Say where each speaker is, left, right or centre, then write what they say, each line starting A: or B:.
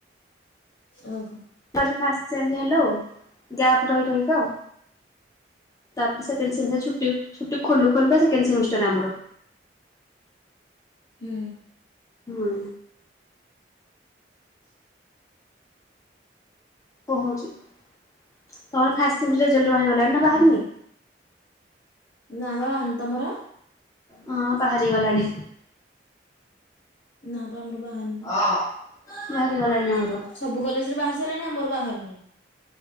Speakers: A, on the left; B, on the left.
A: ଓହୋ।
B: ଫାଷ୍ଟ ଟାଇମ୍ ହେଲୋ ଗ୍ଯାପ ରହି ରହିକା ଆଉ ତାପରେ ସେକେଣ୍ଡ ସେମିଷ୍ଟର୍ ଛୁଟି ଛୁଟି ଖୋଲୁ ଖୋଲୁକା ସେକେଣ୍ଡ ସେମିଷ୍ଟାର ଆମର
A: ହୁଁ।
B: ହୁଁ। କହୁଛି ତମର ଫାଷ୍ଟ୍ ସେମିଷ୍ଟାର ରେଜଲ୍ଟ ବାହାରିଗଲାଣି ନା ବାହାରନି?
A: ହୁଁ। ନା ବା ବାହାରିନି ତମର?
B: ହଁ ବାହାରି ଗଲାଣି।
A: ନା ପା ଆମର ବାହାରିନି।
B: ଆଃ ବାହାରି ଗଲାଣିି ଆମର।
A: ସବୁ କଲେଜରେ ବାହାରି ସାରିଲାଣି, ଆମର ବାହାରୁନି।